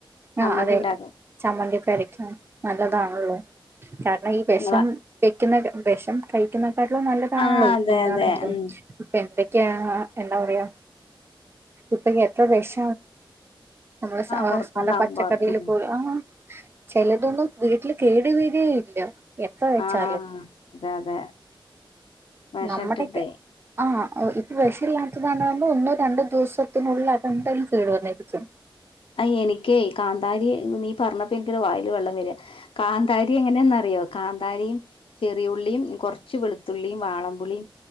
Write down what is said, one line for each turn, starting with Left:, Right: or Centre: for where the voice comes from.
Left: ചമ്മന്തി
Right: ആഹ് അതെ
Left: ഉണ്ടാക്കാൻ
Right: ചമ്മന്തിക്കെ അരക്കാൻ നല്ലതാണല്ലൊ
Left: ഉം ഉം
Right: കാരണം ഈ വെഷം
Left: നിങ്ങളെ
Right: വയ്ക്കുന്ന വിഷം കഴിക്കുന്നക്കാട്ടിലും നല്ലതാണല്ലോ
Left: ആഹ്
Right: ഇപ്പൊ
Left: അതെ
Right: ഒന്നാണെങ്കിലും
Left: അതെ ഉം
Right: ഇപ്പൊ എന്തൊക്കെയാ എന്താ പറയാ ഇപ്പൊ എത്ര വിഷ നമ്മള
Left: ആഹ് പൊറത്തുന്നാവുമ്പോ
Right: സാദാ പച്ചക്കറിയിൽ
Left: ഉം
Right: പോലും ആഹ ചെലതൊന്നും വീട്ടിൽ കേട് വരികയില്ല എത്ര വെച്ചാലും
Left: ആഹ് അതെ അതെ വെഷട്ടിട്ടെ
Right: നമ്മുടേക്ക ആഹ് ഇപ്പൊ വെ ഷല്ലാത്തതാകുമ്പൊ ഒന്നോ രണ്ടോ ദിവസത്തിനുള്ളിൽ അതെന്തായാലും കേടു വന്നിരിക്കും
Left: ആഹ് എനിക്കേ കാന്താരി നീ പറഞ്ഞപ്പൊ എനിക്കൊരു വായില് വെള്ളം വരിക കാന്താരി ക എങ്ങനെയന്ന അറിയോ കാന്താരിയും ചെറിയുള്ളിയും കൊറച്ച് വെളുത്തുള്ളിയും വാളൻ പുളിയും